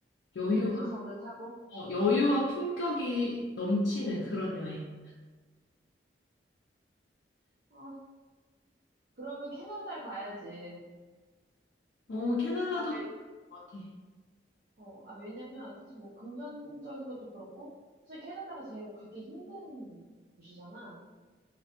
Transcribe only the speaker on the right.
1등석을 타고.
아, 그러면 캐나다를 가야지.
아, 왜,
어, 아, 왜냐면 사실 뭐 금전적인 것도 그렇고, 사실 캐나다가 제일 가기 힘든 곳이잖아.